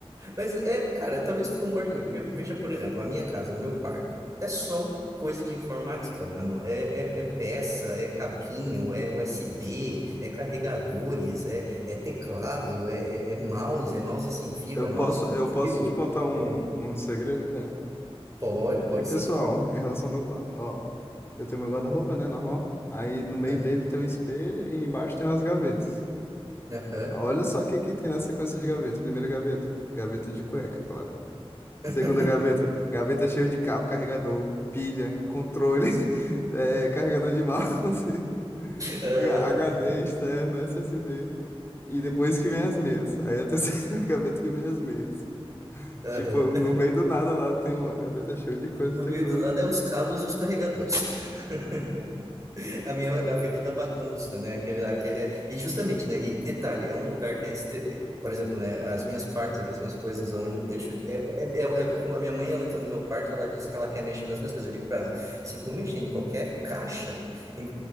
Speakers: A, on the right; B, on the left.
A: Mas é, cara, talvez tu concorde comigo, porque veja, por exemplo, a minha casa, o meu quarto, é só coisa de informática, mano. É, é, é peça, é cabinho, é USB, é carregadores, é, é teclado, é, é, é mouse, é mouse sem fio,
B: Eu
A: é
B: posso,
A: mouse
B: eu
A: com
B: posso
A: fio.
B: te contar um,
A: É,
B: um segredo, cara?
A: pode,
B: Bem
A: pode
B: pessoal,
A: sim.
B: em relação ao meu quarto. Ó, eu tenho meu guarda-roupa, né? Normal. Aí no meio
A: Ah,
B: dele tem um espelho e embaixo tem umas gavetas.
A: Aham.
B: Olha só o que que tem na sequência de gaveta. Primeira gaveta, gaveta de cueca, claro.
A: <laughs>
B: Segunda gaveta, gaveta cheia de cabo, carregador, pilha, controle, <laughs> eh, carregador de mouse, <laughs>
A: Aham.
B: HD externo, SSD. E depois que vem as meias. Aí a terceira <laughs> gaveta que vem as meias.
A: Aham.
B: Tipo, no meio do nada lá tem uma gaveta cheia de coisa
A: No
B: de tecnologia.
A: meio do lado é os cabos e os carregadores. <laughs> A minha gaveta da bagunça, né? Aquele lá que é... E justamente, né? E detalhe, é um lugar que é estre... Por exemplo, né? As minhas partes aqui, as minhas coisas, onde eu deixo... É, é, é- é como a minha mãe, ela entra no meu quarto, ela diz que ela quer mexer nas minhas coisas. Eu digo pra ela, se tu mexer em qualquer caixa, em